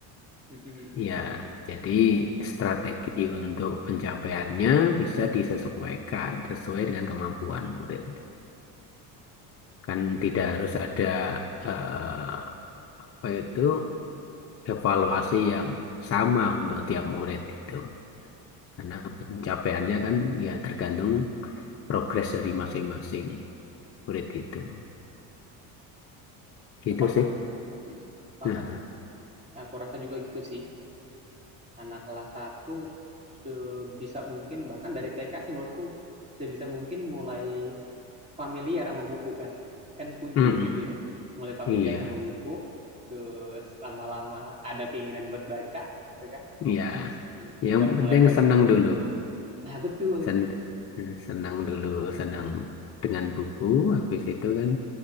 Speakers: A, on the right; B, on the left.
A: Mm-mm, mm-mm, mm-mm.
B: Ya, jadi strategi untuk pencapaiannya bisa disesuaikan sesuai dengan kemampuan murid. Kan tidak harus ada eh, apa itu evaluasi yang sama untuk tiap murid itu. Karena pencapaiannya kan ya tergantung progres dari masing-masing murid itu.
A: Sepakat
B: Itu sih.
A: Mas. Mm-mm, Sepakat
B: Nah,
A: Mas. Aku rasa juga gitu sih. Anak kelas satu sebisa mungkin bahkan dari TK sih menurutku sebisa mungkin mulai familiar sama buku kan kan kuncinya
B: mm-mm.
A: di situ ya mulai familiar
B: Iya,
A: sama buku terus lama-lama ada keinginan buat baca gitu kan
B: iya.
A: terus eh,
B: Yang
A: udah
B: penting
A: mulai ada
B: senang dulu.
A: nah betul
B: sen eh, senang dulu
A: temen
B: senang dengan buku habis itu kan